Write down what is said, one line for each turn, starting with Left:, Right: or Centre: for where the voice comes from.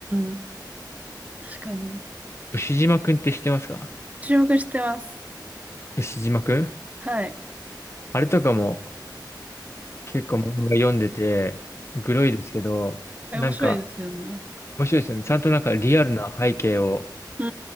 Right: ん。確かに。
Left: 牛島くんって知ってますか
Right: 注目してます。
Left: 牛島くん
Right: はい。
Left: あれとかも結構漫画読んでて、グロいですけど、
Right: あれ面白いですよね。
Left: なんか面白いですよね。ちゃんとなんかリアルな背景を、
Right: う